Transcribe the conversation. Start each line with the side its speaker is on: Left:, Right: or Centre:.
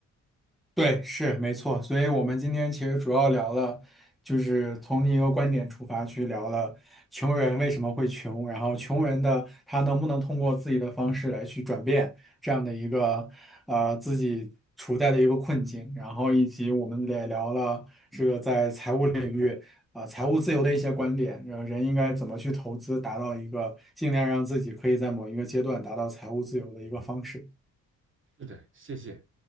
Centre: 对，是没错。所以我们今天其实主要聊了，就是从一个观点出发去聊了穷人为什么会穷，然后穷人的他能不能通过自己的方式来去转变这样的一个呃自己处在的一个困境，然后以及我们也聊了这个在财务领域啊、呃财务自由的一些观点，呃人应该怎么去投资，达到一个尽量让自己可以在某一个阶段达到财务自由的一个方式。
Right: 是的，谢谢。